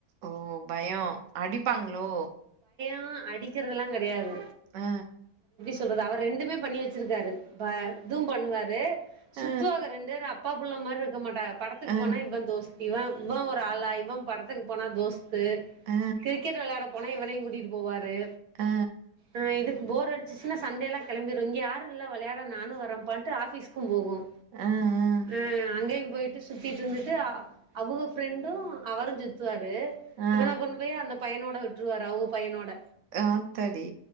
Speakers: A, on the right; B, on the right.
A: ஓ பயோ அடிப்பாங்களோ
B: ஆ அடிக்கிறது லா கெடயாது
A: ஆ
B: சொல்றது அவ ரெண்டுமே பண்ணி வச்சி இருக்காரு இதுவு பண்ணுவாரு
A: அ,
B: சுத்துவாக ரெண்டு பேரு அப் அப்பா புள்ள மாரி இருக்க மாட்டாக படத்துக்கு
A: அ,
B: போனா இவன் தோஸ் இவ இவ ஒரு ஆளா இவ படத்துக்கு போனா தோஸ் து
A: அ,
B: கிரிக்கெட் வெளயாட போனா இவனையு கூட்டிட்டு போவாரு
A: அ, அ,
B: ஆ இது போர் அடிச்சிச் சினா சண்டேலாம் கெளம்பிரும் இங்க யாரு இல்ல வெளையாட நானும் வரப்பான்ட்டு ஆபிஸ்கும் போகும்
A: அ, அ,
B: ஆ அங்கேயு போயிட்டு சுத்திட்டு இருந்துட்டு அவுக பிரெண்டும் அவருஞ் சுத்துவாரு
A: அ.
B: து இவன கொண்டு போயி அந்த பயனோட விட்ருவாரு அவுங்க பையனோட
A: ஆத்தாடி